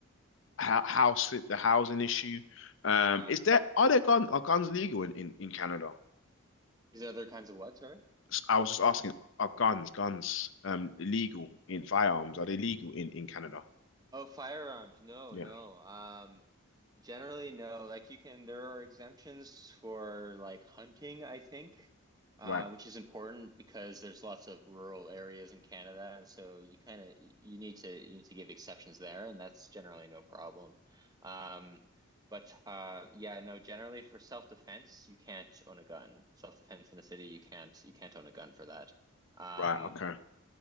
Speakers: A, on the left; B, on the right.
A: how house the housing issue. Um,
B: Huh.
A: is there are there gun are guns legal in in, in Canada?
B: These other kinds of what, sorry?
A: S- I was just asking, are guns guns um legal in firearms? Are they legal in in Canada?
B: Oh, firearms. No,
A: Yeah,
B: no. Um, generally, no. Like you can, there are exemptions for like hunting, I think, uh,
A: right,
B: which is important because there's lots of rural areas in Canada, and so you kind of you need to you need to give exceptions there, and that's generally no problem. Um, but uh, yeah, no. Generally, for self-defense, you can't own a gun. Self-defense in a city, you can't you can't own a gun for that. Um,
A: right, okay.